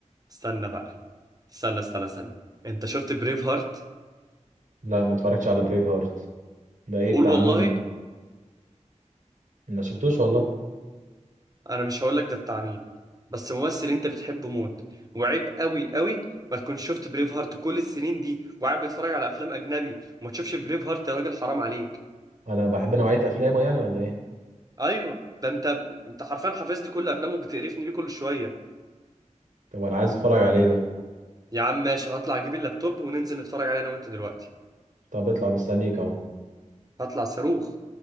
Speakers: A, on the right (about 30°); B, on the right (about 80°).
A: استنى بقى استنى استنى استنى انت شفت بريف هارت
B: لا ما اتفرجتش على بريف هارت ده ايه
A: قول
B: بتاع
A: والله
B: مين ده ما شفتوش والله
A: انا مش هقولك ده بتاع مين بس ممثل انت بتحبه موت وعيب قوي قوي ما تكونش شفت بريف هارت كل السنين دي وقاعد بتتفرج على افلام اجنبي وما تشوفش بريف هارت يا راجل حرام عليك
B: انا بحب نوعية افلامه يعني ولا ايه
A: ايوه ده انت انت حرفيا حافظ لي كل افلامه وبتقرفني بيه كل شويه
B: طب انا عايز اتفرج عليه ده
A: يا عم ماشي هطلع اجيب اللابتوب وننزل نتفرج عليه انا وانت دلوقتي
B: طب اطلع مستنيك اهو
A: هطلع صاروخ